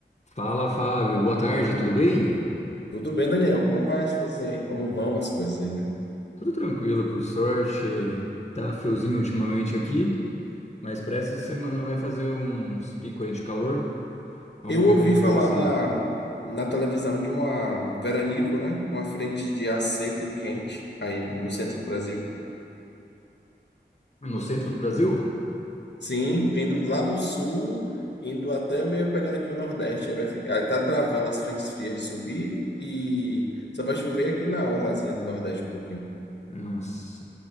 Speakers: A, on the left; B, on the left.
A: Fala, Fábio. Boa tarde, tudo bem?
B: Tudo bem, Daniel? Como vai as coisas aí? Como vão as coisas aí, né?
A: Tudo tranquilo, por sorte. Tá friozinho ultimamente aqui, mas para essa semana vai fazer uns picos aí de calor. Vamos
B: Eu
A: ver
B: ouvi
A: como
B: falar
A: que vai ser.
B: na, na televisão de uma veranico, né? Uma frente de ar seco e quente aí no
A: É
B: centro do Brasil.
A: No centro do Brasil?
B: Sim, vindo lá do sul, indo até meio pegando aqui o Nordeste. Aí vai ficar, aí tá travando as frentes frias de subir e só vai chover aqui na orlazinha do Nordeste um pouquinho.
A: Nossa,